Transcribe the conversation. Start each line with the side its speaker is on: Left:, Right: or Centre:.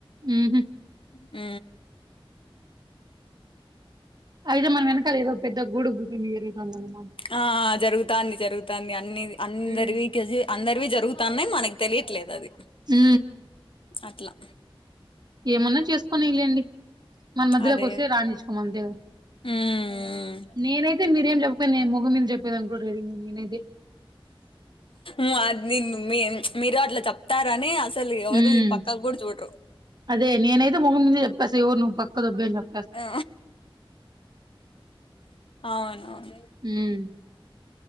Right: ఉహు.
Left: ఊ.
Right: అయితే మనం వెనకాల ఏదో పెద్ద గూడుగుట్టని జరుతుందనమాట.
Left: ఆ జరుగుతాంది జరుగుతాంది అన్ని అందరివి
Right: హ్మ్.
Left: కేజీ. అందరివి జరుగుతాన్నాయి మనకు తెలియట్లేదు అది.
Right: ఊఊ.
Left: అట్లా.
Right: ఏమన్నా చేసుకోనిలెండి. మన మధ్యలోకి
Left: అదే
Right: వస్తే రాణించుకోమ అంతేకద
Left: మ్మ్
Right: నేనే అది మీరేం చెప్పుకని నేము ముగం మీద చెప్పేది అనుకో రడి నేనైతే
Left: ఉ ఆ నేను మీ మీరు అట్లా చెప్తారనే. సలు ఎవరు
Right: హ్మ్.
Left: ఈ పక్కా గూడ చూడ్రు.
Right: అదే నేనైతే ముగం మీదే చెప్పేస్తా ఎవరు నువ్వు పక్క దొబ్బేంప్ప.
Left: ఆ అవునవును.
Right: హ్మ్.